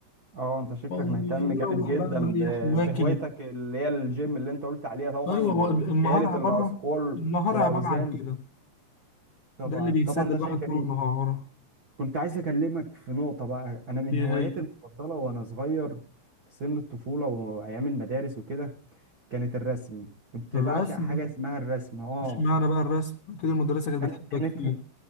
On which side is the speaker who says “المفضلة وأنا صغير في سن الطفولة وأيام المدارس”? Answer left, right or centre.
Right